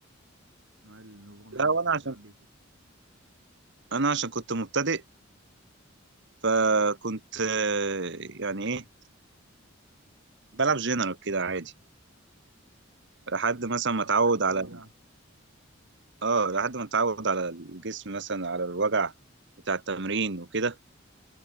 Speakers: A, on the right; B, on the right.
A: نوع النظام
B: لا
A: يعني اللي
B: وأنا
A: كنت بتلعب
B: عشان
A: بيه
B: أنا عشان كنت مبتدئ فكنت آه، يعني ايه بلعب جنرال كده عادي لحد مثلا ما
A: اه
B: اتعود
A: بتلعب
B: على
A: كله يعني
B: اه لحد ما اتعود على الجسم مثلا على الوجع بتاع التمرين وكده